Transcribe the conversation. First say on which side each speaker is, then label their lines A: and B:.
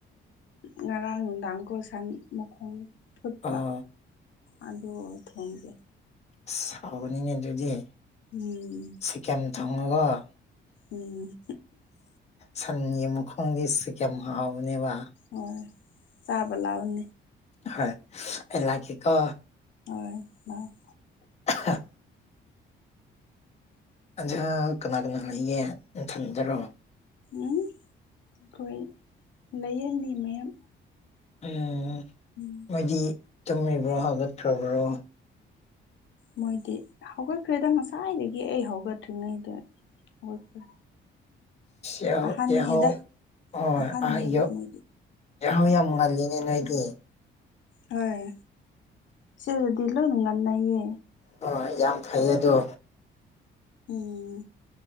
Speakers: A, on the left; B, on the left.
A: ꯉꯔꯥꯡ ꯅꯨꯡꯗꯥꯡꯀꯣ ꯁꯟ ꯃꯈꯣꯡ ꯐꯨꯠꯄ
B: ꯑꯣ
A: ꯑꯗꯨ ꯊꯣꯡꯒꯦ
B: ꯑꯁ ꯍꯥꯎꯕꯅꯤꯅꯦ ꯑꯗꯨꯗꯤ
A: ꯎꯝ
B: ꯆꯥꯒꯦꯝ ꯊꯣꯡꯉꯨꯒꫭ
A: ꯎꯝ
B: ꯁꯟꯒꯤ ꯃꯈꯣꯡꯗꯤ ꯆꯥꯒꯦꯝ ꯍꯥꯎꯕꯅꯦꯕ
A: ꯍꯣꯏ ꯆꯥꯕ ꯂꯥꯛꯑꯣꯅꯤ
B: ꯍꯣꯏ ꯑꯩ ꯂꯥꯛꯀꯦꯀꯣ
A: ꯍꯣꯏ ꯂꯥꯛꯑꯣ
B: <unintelligible> ꯑꯗꯣ ꯀꯅꯥ ꯀꯅꯥ ꯂꯩꯒꯦ ꯅꯊꯟꯗꯔꯣ
A: ꯎꯝ ꯑꯩꯈꯣꯏ ꯂꯩꯥꯌꯦ ꯃꯤ ꯃꯌꯥꯝ
B: ꯑꯦ
A: ꯎꯝ
B: ꯃꯣꯏꯗꯤ ꯇꯨꯝꯃꯤꯕ꯭ꯔꯣ ꯍꯥꯒꯠꯇ꯭ꯔꯕ꯭ꯔꯣ
A: ꯃꯣꯏꯗꯤ ꯍꯧꯒꯠꯈ꯭ꯔꯦꯗ ꯉꯁꯥꯏꯗꯒꯤ ꯑꯩ ꯍꯧꯒꯠꯇ꯭ꯔꯤꯉꯩꯗ ꯍꯧꯒꯠꯈ꯭ꯔꯦ
B: ꯍ
A: ꯑꯍꯟꯅꯦꯗ
B: ꯆꯍꯥꯎ ꯍ
A: ꯑꯍꯟꯅꯦꯕ
B: ꯑꯍ ꯌ
A: ꯃꯣꯏꯗꯤ
B: ꯆꯍꯥꯎ ꯌꯥꯝ ꯉꯜꯂꯤꯅꯦ ꯅꯣꯏꯗꯤ
A: ꯍꯣꯏ ꯁꯤ ꯗꯂꯣ ꯅꯪ ꯉꯥꯟꯅꯌꯦ
B: ꯍ ꯌꯥꯝ ꯐꯩ ꯑꯗꯣ
A: ꯎꯝ